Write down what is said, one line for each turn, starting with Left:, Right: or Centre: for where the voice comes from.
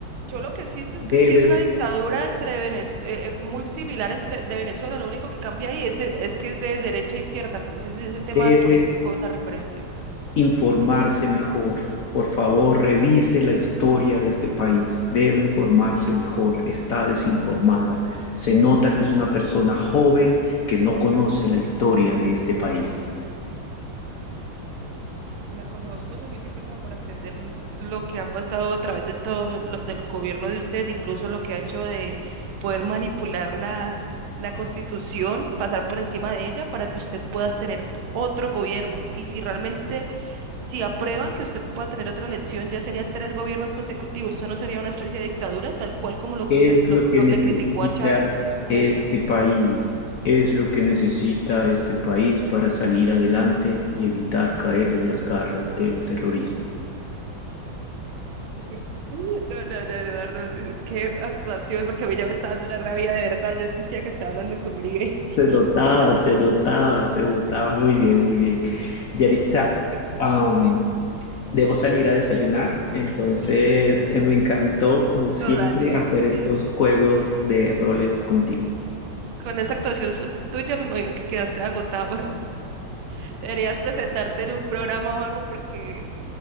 Right: yo lo que siento es
Left: Debe,
Right: que sí es una dictadura entre Venez- eh, eh, muy similar entre de Venezuela, lo único que cambia ahí es, eh, es que es de derecha a izquierda, por eso ese es el tema
Left: debe
Right: político, la referencia.
Left: informarse mejor. Por favor, revise la historia de este país. Debe informarse mejor. Está desinformada. Se nota que es una persona joven que no conoce la historia de este país.
Right: La conozco suficiente como para entender l- lo que ha pasado a través de todo lo- del gobierno de usted, incluso lo que ha hecho de poder manipular la, la constitución, pasar por encima de ella para que usted pueda tener otro gobierno. Y si realmente Si aprueban que usted pueda tener otra elección, ya sería tres gobiernos consecutivos. ¿Eso no sería una especie de dictadura, tal cual como lo
Left: ¿Qué
Right: quiso,
Left: es
Right: lo,
Left: lo que
Right: lo-
Left: necesita
Right: le criticó a Chávez en su momento?
Left: este país? Es lo que necesita este país para salir adelante y evitar caer en las garras del terrorismo.
Right: <laughs> No, no, no, Eduardo, eh, qué actuación, porque a mí ya me estaba dando la rabia de verdad. Yo sentía que estaba hablando con Uribe.
Left: Se
Right: <laughs>
Left: notaba, se notaba, se notaba. Muy bien, muy bien. Yaritza,
Right: Uy, Pero por actuación,
Left: am,
Right: dime.
Left: debo salir a desayunar, entonces eh, me encantó, como siempre,
Right: No, dale,
Left: hacer
Right: porque
Left: estos
Right: yo-
Left: juegos de roles contigo.
Right: con esa actuación su- tuya me imagino que quedaste agotado. <laughs> Deberías presentarte en un programa o algo porque